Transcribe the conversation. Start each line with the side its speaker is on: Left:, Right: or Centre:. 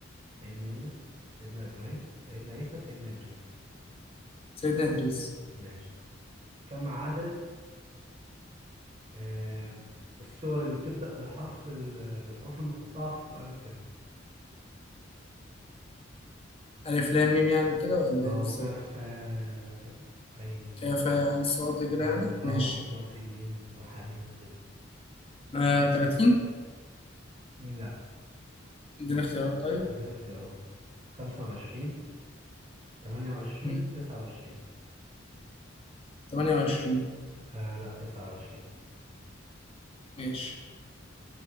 Right: سيدنا يونس سيدنا إبراهيم سيدنا عيسى سيدنا إدريس
Left: سيدنا ادريس
Right: ماشي كم عدد آه السور اللي بتبدأ بالحرف ال- بالحروف المقطعة في القرآن الكريم
Left: الف لام ميم يعني وكده ولا
Right: اه
Left: ايه بالظبط
Right: وكاف آه، عين وسط
Left: كافه يعني صاد كده
Right: و
Left: يعني
Right: اه
Left: ماشي
Right: وطاسيم ميم وحميم وكده
Left: آه 30
Right: لا
Left: اديني اختيارات طيب
Right: هديك اختيارات خمسة وعشرين تمانية وعشرين
Left: مم.
Right: تسعة وعشرين
Left: 28
Right: آه لا تسعة وعشرين
Left: ماشي